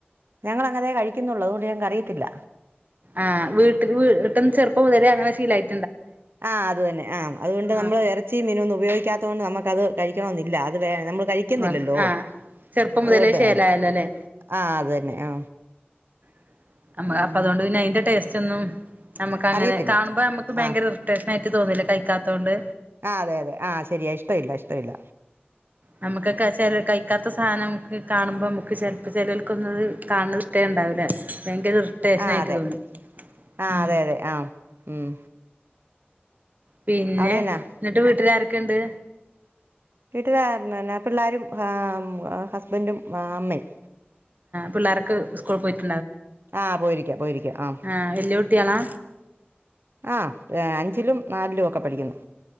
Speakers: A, on the right; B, on the right.
A: ഞങ്ങളെങ്ങനെ കഴിക്കുന്നുള്ളു അതോണ്ട് ഞങ്ങക്ക് അറിയത്തില്ല
B: ആഹ് വീട്ടില്‌ വീട്ടന്ന് ചെറുപ്പം മുതലേ അങ്ങനെ ശീലായി
A: ആഹ് അത് തന്നെ ആഹ അതുകൊണ്ട് നമ്മള്
B: ആഹ്
A: ഇറച്ചിയും മീനും ഒന്ന് ഉപയോഗി കാത്തൊണ്ട് നമ്മക്കത് കഴിക്കണോന്നില്ല അത് വെൻ നമ്മ കഴിക്കുന്നില്ലല്ലോ
B: ആ ആഹ് ചെറുപ്പം
A: അതുകൊണ്ട്
B: മുതലേ ശേലായല്ലോല്ലേ
A: വേണ്ട ആ അത് തന്നെ ആ
B: <inaudible> നമ്മ
A: ഉം
B: അപ്പൊ അതുകൊണ്ട് പിന്നെ അയിന്റെ ടേസ്റ്റ് ഒന്നും നമ്മുക്ക് അങ്ങനെ
A: അറിയത്തില്ല
B: കാണുമ്പോ നമ്മക്ക് ഭയങ്കര
A: ആ
B: ഇറിറ്റേഷ് ട്ട് തോന്നുന്നില്ല കൈക്കാത്തത് കൊണ്ട്
A: ആ അതെ അതെ ആഹ് ശരിയാ ഇഷ്ടഇല്ല ഇഷ്ടഇല്ല
B: നമുക്കക്കെ <unintelligible> കഴിക്കാത്ത സാധനം നമുക് കാണുമ്പോ നമുക്ക് ചിലപ്പോ ചിലവൾക്കൊന്നത് കാണ ഇ്ടേ ഉണ്ടാവില്ല. ഭയങ്കര റിട്ടേഷൻ
A: ആ
B: ആയിട്ട്
A: അതെ
B: തോന്നും
A: ആ
B: ഉ
A: അതെ അതെ ആ ഉം
B: പിന്നെ
A: അവിടെന്നാ
B: എന്നിട്ട് വീട്ടില ആരൊക്കെുണ്ട്.
A: വീട്ടില പിന്ന പിള്ളേരും ഹസ്ബൻറും അമ്മയും
B: പിള്ളർക്കെ സ്കൂൾ പോയിട്ട്
A: ആഹ പോയിരിക്കാം പോയിരിക്കാം ആഹ
B: ആ വല്യ കുട്ടികളാ
A: ആഹ അഞ്ചിലും നാലിലും ഒക്കെ പഠിക്കുന്നു.